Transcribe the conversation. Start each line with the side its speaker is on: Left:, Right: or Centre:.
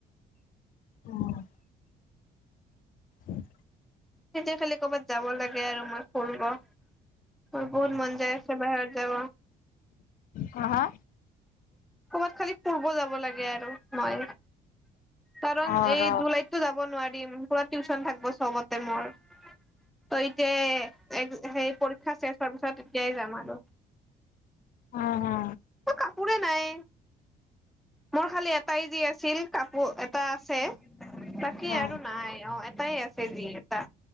Left: <unintelligible> অঁ <unintelligible>
Centre: সেইটোৱে খালি কৰ'বাত যাব লাগে আৰু মই ফুৰিব, মোৰ বহুত মন যায় আছে বাহিৰত যাব।
Left: হা হা?
Centre: ক'বাত খালি ফুৰিব যাব ব লাগে আৰু মই। কাৰণ
Left: অ
Centre: এই
Left: ৰ
Centre: জুলাইততো যাব নোৱাৰিম পোৰা টিউশচন থাক চবতে মৰ তইতে সেই পৰীক্ষা শেষ হোৱাৰ পিছত এতিয়াই যাম আৰু
Left: হা হা
Centre: কাপোৰে নাই। মোৰ খালি এটাই যি আছিল কাপোৰ এটা আছে। বাকী
Left: হা
Centre: আৰু নাই অ', এটাই আছ এ যি এটা